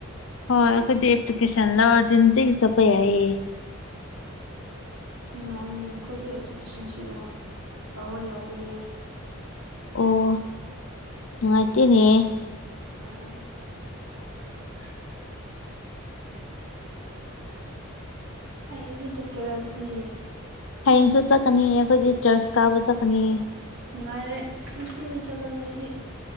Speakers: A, on the left; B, on the right.
A: ꯍꯣꯏ ꯀꯗꯤ ꯑꯦꯄ꯭ꯂꯤꯀꯦꯁꯟ ꯂ ꯑꯣꯖꯟꯇ ꯆ ꯀꯩꯌꯦ <unintelligible> <inaudible>
B: ꯅꯨꯡꯉꯥꯏꯔꯤꯅꯦ ꯑꯩꯈꯣꯏꯗꯤ ꯑꯦꯄ꯭ꯂꯤꯀꯦꯁꯟꯁꯨ ꯂꯧꯕ ꯌꯥꯗꯦ
A: ꯑꯣ ꯃꯥꯇꯅꯦ
B: ꯑ <unintelligible> <inaudible> ꯑꯗꯤ ꯆꯀꯦꯔ ꯑꯗꯨꯗꯤ
A: ꯍꯌꯦꯡꯁꯨ ꯆꯠꯀꯅꯤ ꯑꯩꯈꯣꯏꯁꯦ ꯆꯔꯆ ꯀꯥꯕ ꯆꯠꯀꯅꯤ
B: ꯅꯨꯡꯉꯥꯏꯔꯦ ꯅꯨꯡꯇꯤꯟꯅ ꯆꯠꯂ ꯅꯣꯏꯗꯤ